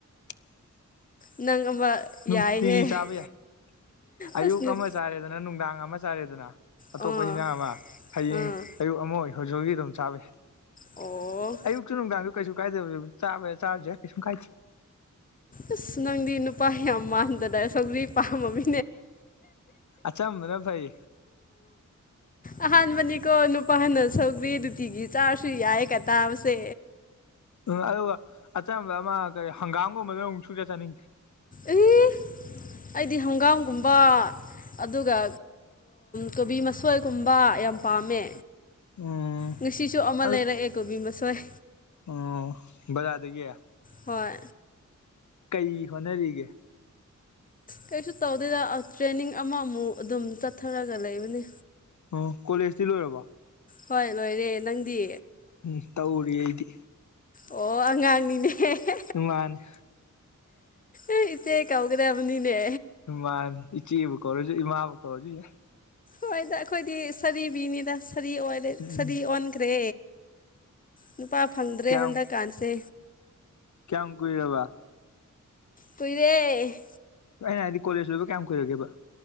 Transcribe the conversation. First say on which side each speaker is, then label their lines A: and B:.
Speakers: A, on the left; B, on the left.
A: <unintelligible>
B: ꯅꯪ ꯑꯃ ꯌꯥꯏꯍꯦ
A: ꯅꯨꯡꯇꯤꯒꯤ ꯆꯥꯕ ꯌꯥꯏ ꯑꯌꯨꯛ
B: ꯑꯁ ꯅꯨꯞ
A: ꯑꯃ ꯆꯥꯔꯦꯗꯅ ꯅ ꯅꯨꯡꯗꯥꯡ ꯑꯃ ꯆꯥꯔꯦꯗꯅ ꯑꯇꯣꯞꯄ
B: ꯑꯥ
A: ꯍꯤꯟꯖꯥꯛ ꯑꯃ ꯍꯌꯦꯡ
B: ꯑꯥ
A: ꯑꯌꯨꯛ ꯑꯃ ꯑꯣꯏ ꯍꯧꯖꯤꯛ ꯍꯧꯖꯤꯛ ꯑꯗꯨꯝ ꯆꯥꯕ
B: ꯑꯣ
A: ꯑꯌꯨꯛꯁꯨ ꯅꯨꯡꯗꯥꯡꯁꯨ ꯀꯩꯁꯨ ꯀꯥꯏꯗꯕ ꯆꯥꯕ ꯆꯥꯔꯖꯦ ꯀꯩꯁꯨꯝ ꯈꯥꯏꯦ
B: ꯑꯁ ꯅꯪꯗꯤ ꯅꯨꯄꯥ ꯌꯥꯝ ꯃꯥꯟꯗꯅ ꯁꯧꯒ꯭ꯔꯤ ꯄꯥꯝꯃꯃꯤ
A: ꯑꯆꯝꯕꯅ ꯐꯩ
B: ꯑꯍꯥꯟꯕꯅꯤꯀꯣ ꯅꯨꯄꯥꯅ ꯁꯧꯒꯔꯤ ꯅꯨꯡꯇꯤꯒꯤ ꯆꯥꯔꯁꯨ ꯌꯥꯏꯀ ꯇꯥꯕꯁꯦ
A: ꯎꯝ ꯑꯗꯨꯒ ꯑꯆꯝꯕ ꯑꯃ ꯀꯔꯤ ꯍꯪꯒꯥꯝꯒꯨꯝꯕꯗꯨꯅ ꯑꯃꯨꯛ ꯁꯨ ꯆꯠ ꯆꯠꯅꯤꯡꯗꯦ <unintelligible>
B: ꯑꯦ ꯑꯩꯗꯤ ꯍꯪꯒꯥꯝꯒꯨꯝꯕ ꯑꯗꯨꯒ ꯀꯣꯕꯤ ꯃꯁꯣꯏꯒꯨꯝꯕ ꯌꯥꯝ ꯄꯥꯝꯃꯦ
A: ꯎꯝ
B: ꯉꯁꯤꯁꯨ ꯑꯃ
A: ꯑꯗꯨ
B: ꯂꯩꯔꯛꯑꯦ ꯀꯣꯕꯤ ꯃꯁꯣꯏ
A: ꯑꯣ ꯕꯖꯥꯔꯗꯒꯤ
B: ꯍꯣꯏ
A: ꯀꯩ ꯍꯣꯠꯅꯔꯤꯒꯦ
B: ꯀꯩꯁꯨ ꯇꯧꯗꯦꯗ ꯇ꯭ꯔꯦꯟꯅꯤꯡ ꯑꯃꯃꯨꯛ ꯑꯗꯨꯝ ꯆꯠꯊꯔꯒ ꯂꯩꯕꯅꯤ
A: ꯑꯣ ꯀꯣꯂꯦꯖꯇꯤ ꯂꯣꯏꯔꯕꯣ
B: ꯍꯣꯏ ꯂꯣꯏꯔꯦ ꯅꯪꯗꯤ
A: ꯎꯝ ꯇꯧꯔꯤ ꯑꯩꯗꯤ
B: ꯑꯣ ꯑꯉꯥꯡꯅꯤꯅꯦ ꯍꯦ ꯍꯦ
A: ꯏꯃꯥꯅꯤ
B: ꯑꯦ ꯏꯆꯦ ꯀꯧꯒꯗꯕꯅꯤꯅꯦ
A: ꯃꯥꯅꯤ ꯏꯆꯦꯕꯨ ꯀꯧꯔꯁꯨ ꯏꯃꯥꯕꯨ ꯀꯧꯔꯁꯨ ꯌꯥꯏ
B: ꯍꯣꯏꯗ ꯑꯩꯈꯣꯏꯗꯤ ꯁꯥꯔꯤꯕꯤꯅꯤꯗ ꯁꯥꯔꯤ ꯑꯣꯏꯔꯦ
A: ꯎꯝ
B: ꯁꯥꯔꯤ ꯑꯣꯟꯈ꯭ꯔꯦ ꯅꯨꯄꯥ ꯐꯪꯗ꯭ꯔꯦ
A: ꯀꯌꯥꯝ
B: ꯍꯟꯗꯛꯀꯥꯟꯁꯦ
A: ꯀꯌꯥꯝ ꯀꯨꯏꯔꯕꯥ
B: ꯀꯨꯏꯔꯦ
A: ꯑꯩꯅ ꯍꯥꯏꯗꯤ ꯀꯣꯂꯦꯖ ꯂꯣꯏꯕ ꯀꯌꯥꯝ ꯀꯨꯏꯔꯒꯦꯕ